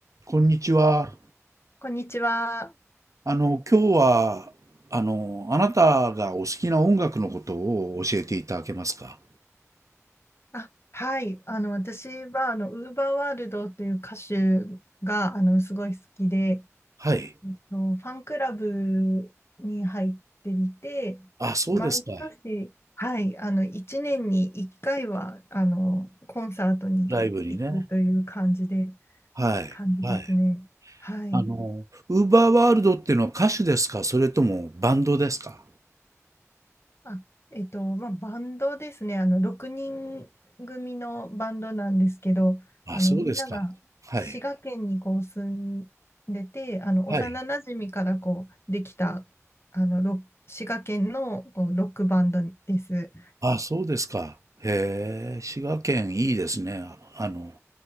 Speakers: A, on the right; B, on the left.
A: こんにちは。
B: こんにちは。
A: あの、今日は、あの、あなたがお好きな音楽のことを教えていただけますか
B: あ、はい。あの、私は、あの、ウーバーワールドという歌手が、あの、すごい好きで、
A: はい。
B: えっと、ファンクラブに入っていて、
A: あ、そうですか。
B: 毎年、はい、あの、1年に1回は、あの、コンサートに行くという感じで、
A: ライブにね。はい。
B: 感じですね。
A: はい。
B: はい。
A: あの、ウーバーワールドっていうのは歌手ですかそれともバンドですか
B: あ、えっと、まあ、バンドですね。あの、6人組のバンドなんですけど、
A: あ、
B: あの、
A: そうですか。
B: みんなが滋賀県にこう住んでて、
A: はい。
B: あの、
A: はい。
B: 幼馴染からこう、できた、あの、ロ滋賀県のこうロックバンドです。
A: あ、そうですか。へえ、滋賀県いいですね。あの、